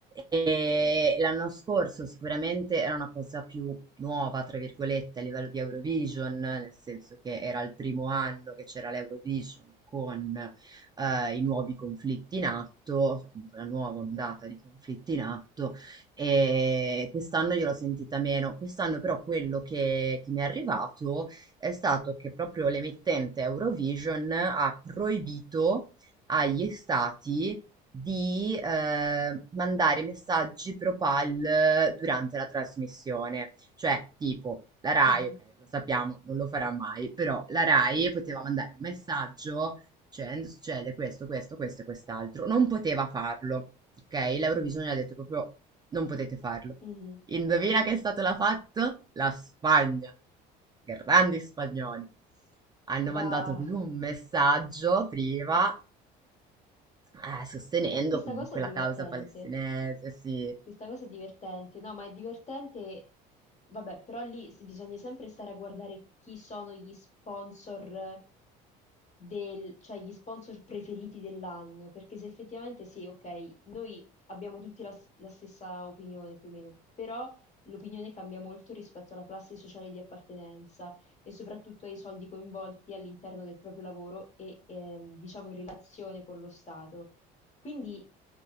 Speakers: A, on the right; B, on the left.
A: E l'anno scorso sicuramente era una cosa più nuova, tra virgolette, a livello di Eurovision, nel senso che era il primo anno che c'era l'Eurovision con eh, i nuovi conflitti in atto, cioè comunque la nuova ondata di conflitti in atto, e quest'anno io l'ho sentita meno. Quest'anno però quello che, che mi è arrivato è stato che proprio l'emittente Eurovision ha proibito agli stati di eh, mandare messaggi propal durante la trasmissione. Cioè, tipo, la Rai,
B: Mhm,
A: ok, lo sappiamo, non lo farà mai, però la Rai poteva mandare un messaggio dicendo succede questo, questo, questo e quest'altro. Non poteva farlo, ok? L'Eurovision gli ha detto proprio non potete farlo.
B: mhm.
A: Indovina che la fatto? La Spagna. Grandi spagnoli. Hanno mandato
B: Bah.
A: proprio un messaggio prima, eh, sostenendo
B: Questa
A: comunque
B: cosa è divertente.
A: la causa palestinese, sì.
B: Questa cosa è divertente. No, ma è divertente. Vabbè, però lì s- bisogna sempre stare a guardare chi sono gli sponsor del, cioè gli sponsor preferiti dell'anno, perché se effettivamente sì, ok, noi abbiamo tutti la, s- la stessa opinione più o meno, però l'opinione cambia molto rispetto alla classe sociale di appartenenza e soprattutto ai soldi coinvolti all'interno del proprio lavoro e ehm, diciamo in relazione con lo Stato. Quindi